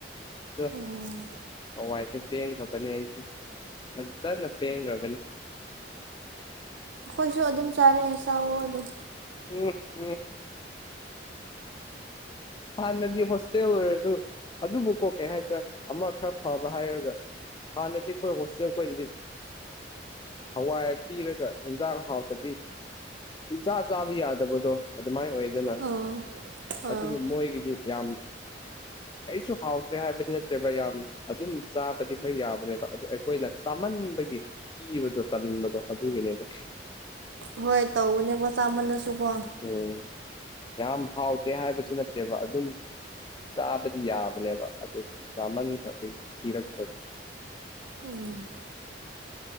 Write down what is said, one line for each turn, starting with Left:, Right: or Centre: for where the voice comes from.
Left: ꯑ
Right: ꯎꯝ
Left: ꯍꯋꯥꯏꯁꯦ ꯄꯦꯟꯈꯔꯕꯅꯤ ꯑꯩꯗꯤ ꯐꯖꯅ ꯄꯦꯟꯒ꯭ꯔꯕꯅꯤ
Right: ꯑꯩꯈꯣꯏꯁꯨ ꯑꯗꯨꯝ ꯆꯥꯔꯛꯑꯦ ꯆꯥꯛꯑꯣ ꯑꯗꯨꯝ
Left: ꯎꯝ ꯎꯝ ꯍꯥꯟꯅꯗꯤ ꯍꯣꯁꯇꯦꯜ ꯑꯣꯏꯔꯁꯨ ꯑꯗꯨꯕꯨꯀꯣ ꯀꯩ ꯍꯥꯏꯁꯔ ꯑꯃ ꯈꯔ ꯐꯕ ꯍꯥꯏꯔꯒ ꯍꯟꯅꯗꯤ ꯀꯣꯏ ꯍꯁꯗ ꯀꯣꯏ ꯑꯗꯨꯗꯤ ꯍꯋꯥꯏ ꯄꯤꯔꯒ ꯌꯦꯟꯖꯥꯡ ꯍꯥꯎꯇꯗꯤ ꯆꯤꯟꯖꯥꯛ ꯆꯥꯕ ꯌꯥꯗꯕꯗꯣ ꯑꯗꯨꯃꯥꯏꯅ ꯑꯣꯏꯗꯅ
Right: ꯑꯥ ꯑꯥ
Left: ꯑꯗꯨꯕꯨ ꯃꯣꯏꯒꯤꯗꯤ ꯌꯥꯝ ꯑꯩꯁꯨ ꯍꯥꯎꯇ꯭ꯔꯦ ꯍꯥꯏꯕꯗꯤ ꯅꯠꯇꯦꯕ ꯌꯥꯝ ꯑꯗꯨꯝ ꯆꯥꯕꯗꯤ ꯈꯔ ꯌꯥꯕꯅꯦꯕ ꯑꯗꯨꯗꯣ ꯑꯩꯈꯣꯏꯅ ꯆꯥꯃꯟꯕꯒꯤ ꯀꯤꯕꯗꯣ ꯇꯟꯕꯗꯣ ꯑꯗꯨꯒꯤꯅꯦꯕ
Right: ꯍꯣꯏ ꯇꯧꯕꯅꯦꯀꯣ ꯆꯥꯃꯜꯂꯁꯨꯀꯣ
Left: ꯎꯝ ꯌꯥꯝ ꯍꯥꯎꯇꯦ ꯍꯥꯏꯕꯁꯨ ꯅꯠꯇꯦꯕ ꯑꯗꯨꯝ ꯆꯥꯕꯗꯤ ꯌꯥꯕꯅꯦꯕ ꯑꯗꯨ ꯆꯥꯃꯟ ꯈꯗꯤ ꯊꯤꯔꯛꯄ
Right: ꯑꯣꯝ